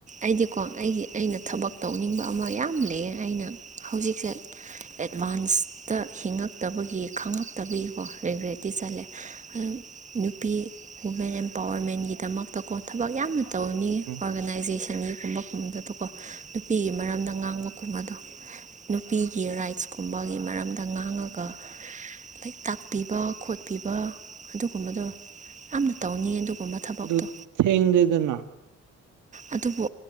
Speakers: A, on the right (about 25°); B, on the right (about 85°).
A: ꯑꯩꯗꯤꯀꯣ ꯑꯩꯒꯤ ꯑꯩꯅ ꯊꯕꯛ ꯇꯧꯅꯤꯡꯕ ꯑꯃ ꯌꯥꯝ ꯂꯩꯌꯦ ꯑꯩꯅ ꯍꯧꯖꯤꯛꯁꯦ ꯑꯦꯠꯚꯥꯟꯁꯇ ꯍꯤꯡꯉꯛꯇꯕꯒꯤ ꯈꯪꯉꯛꯇꯕꯒꯤꯀꯣ ꯔꯤꯒ꯭ꯔꯤꯠꯇꯤ ꯆꯠꯂꯦ <unintelligible> ꯅꯨꯄꯤ ꯋꯨꯃꯦꯟ ꯑꯦꯝꯄꯥꯋꯔꯃꯦꯟꯒꯤꯗꯃꯛꯇꯀꯣ ꯊꯕꯛ ꯌꯥꯝꯅ ꯇꯧꯅꯤꯉꯦ
B: ꯎꯝ
A: ꯑꯣꯔꯒꯅꯥꯏꯖꯦꯁꯟꯒꯤꯒꯨꯝꯕ ꯒꯨꯝꯕꯗꯀꯣ ꯅꯨꯄꯤꯒꯤ ꯃꯔꯝꯗ ꯉꯥꯡꯕ ꯀꯨꯝ ꯑꯗꯣ ꯅꯨꯄꯤꯒꯤ ꯔꯥꯏꯠꯁꯀꯨꯝꯕꯒꯤ ꯃꯔꯝꯗ ꯉꯥꯡꯉꯒ ꯍ ꯇꯥꯛ ꯄꯤꯕ ꯈꯣꯠꯄꯤꯕ ꯑꯗꯨꯒꯨꯝꯕꯗꯣ ꯑꯝꯇ ꯇꯧꯅꯤ ꯑꯗꯨꯒꯨꯝꯕ ꯊꯕꯛꯇꯣ
B: ꯑꯗꯨ ꯊꯦꯡꯗꯦꯗꯅ
A: ꯑꯗꯨꯕꯨ